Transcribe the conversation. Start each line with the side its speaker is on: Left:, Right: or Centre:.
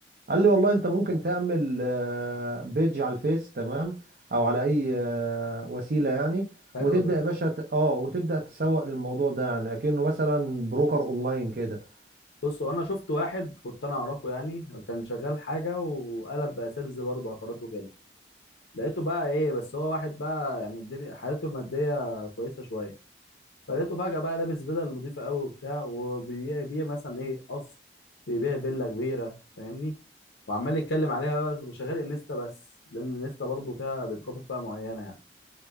Right: قال لي والله انت ممكن تعمل آه، بيج على الفيس تمام او على اي آه، وسيله يعني
Left: حلو
Right: وتبدا
Left: ده
Right: يا باشا ت- اه وتبدا تسوق للموضوع ده يعني اكنه مثلا بروكر اونلاين كده
Left: بص هو انا شفت واحد كنت انا اعرفه يعني كان شغال حاجه وقلب بقى سيلز برضه عقارات وكده لقيته بقى ايه بس هو واحد بقى يعني الدنيا حالته الماديه كويسه شويه فلقيته فجاه بقى لابس بدل نظيفه قوي وبتاع وبيبيع مثلا ايه قصر بيبيع فيلا كبيره فاهمني وعمال يتكلم عليها بقى وشغال انستا بس لان الانستا برضه فيها بيتخاطب فيها معينه يعني